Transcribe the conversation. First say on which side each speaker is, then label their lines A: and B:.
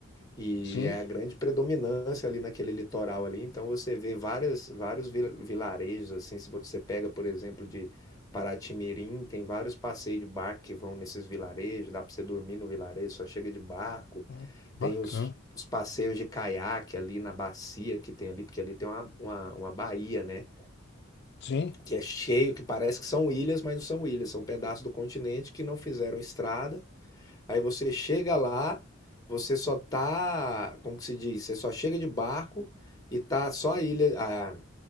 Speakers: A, on the left; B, on the left.
A: E
B: Sim,
A: é a grande predominância ali naquele litoral ali, então você vê várias, vários vi- vilarejos, assim, se você pega, por exemplo, de Paraty-Mirim, tem vários passeios de barco que vão nesses vilarejos, dá para você dormir no vilarejo, só chega de barco,
B: hum, bacana.
A: tem os, os passeios de caiaque ali na bacia que tem ali, porque ali tem uma, uma, uma baía, né,
B: Sim.
A: que é cheio, que parece que são ilhas, mas não são ilhas, são pedaços do continente que não fizeram estrada, Aí você chega lá, você só tá, como que se diz? Você só chega de barco e tá só a ilha, a,